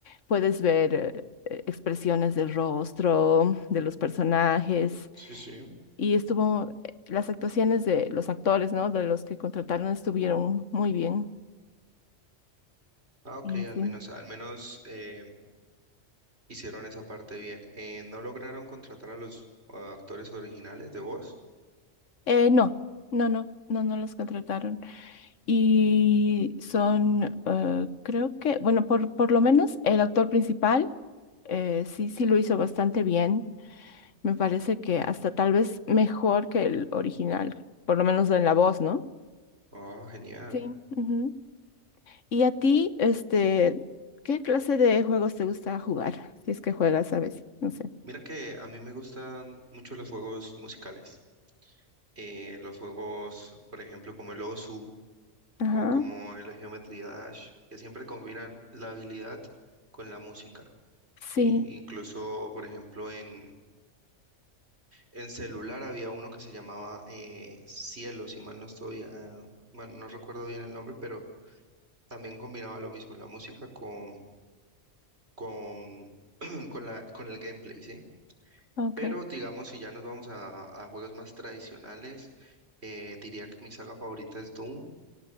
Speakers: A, on the left (about 85°); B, on the right (about 60°).
A: puedes ver eh, eh, expresiones del rostro, de los personajes.
B: Sí, sí.
A: Y estuvo, eh, las actuaciones de los actores, ¿no? De los que contrataron estuvieron muy bien.
B: Ah, ok,
A: Y
B: al
A: sí.
B: menos, al menos eh, hicieron esa parte bien. Eh, ¿no lograron contratar a los ah, actores originales de voz?
A: Eh, no, no, no, no, no los contrataron. Y son, eh, creo que, bueno, por, por lo menos el actor principal, eh, sí, sí lo hizo bastante bien. Me parece que hasta tal vez mejor que el original, por lo menos en la voz, ¿no?
B: Ah, genial.
A: Sí. ujú. Y a ti, este, ¿qué clase de juegos te gusta jugar? Si es que juegas a veces, no sé.
B: Mira que a mí me gustan mucho los juegos musicales. Eh, los juegos, por ejemplo, como el Osu
A: Ajá.
B: o como el Geometry Dash, que siempre combinan la habilidad con la música, ¿sí?
A: Sí,
B: Incluso, por ejemplo, en, en celular había uno que se llamaba eh, Cielo, si mal no estoy, ah, bueno, no recuerdo bien el nombre, pero también combinaba lo mismo, la música con con, <clears throat> con la, con el gameplay, ¿sí?
A: ok.
B: Pero digamos, si ya nos vamos a, a juegos más tradicionales, eh, diría que mi saga favorita es Doom.